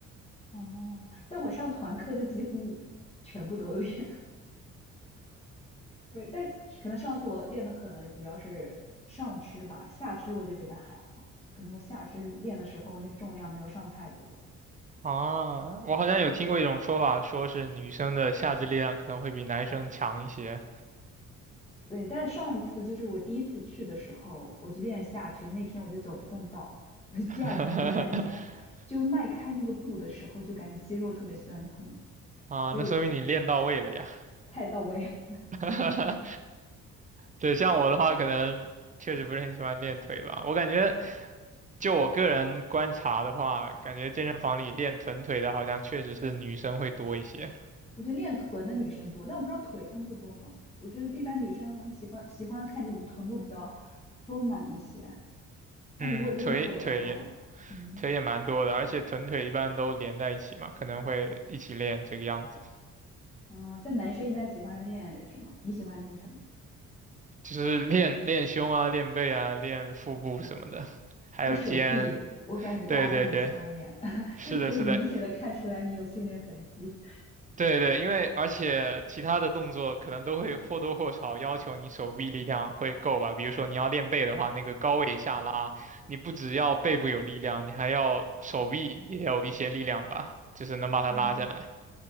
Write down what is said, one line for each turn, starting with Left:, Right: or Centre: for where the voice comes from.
Left: 哦，但我上团课就几乎全部都练，对，但是可能上次我练的狠的比较是上肢吧，下肢我就觉得还好，可能我下肢练的时候那个重量没有上太多。
Right: 啊，我好像有听过一种说法，
Left: 对
Right: 说是女生的下肢力量可能会比男生强一些。
Left: 对，但是上一次就是我第一次去的时候，我就练下肢，那天我就走不动道，<laughs>
Right: <laughs>
Left: 第二天还第三天，就迈开那个步的时候就感觉肌肉特别酸痛，
Right: 啊，
Left: 所以我
Right: 那说明你练到位了呀。
Left: 太到位了。
Right: <laughs> 对，像我的话，可能确实不是很喜欢练腿吧。我感觉，就我个人观察的话，感觉健身房里练臀腿的，好像确实是女生会多一些。
Left: <laughs> 我觉得练臀的女生多，但我不知道腿她们会多吗？我觉得一般女生喜欢喜欢看自己的臀部比较丰满一些。那如果练腿的话，
Right: 嗯，腿腿也
Left: 嗯，
Right: 腿也蛮多的，而且臀腿一般都连在一起嘛，可能会一起练这个样子，
Left: 哦，呃像男生一般喜欢练什么？你喜欢练什么？
Right: 就是练练胸啊、练背啊、练腹部什么的，还有肩。
Left: 可以手臂，我感觉大家都很喜欢练，
Right: 对对对，
Left: <laughs>
Right: 是的，
Left: 就可以明显的看出来你有训练痕迹。
Right: 是的，对对，因为而且其他的动作可能都会或多或少要求你手臂力量会够吧。比如说你要练背的话，那个高位下拉，你不只要背部有力量，你还要手臂也有一些力量吧，就是能把它拉下来。
Left: 嗯，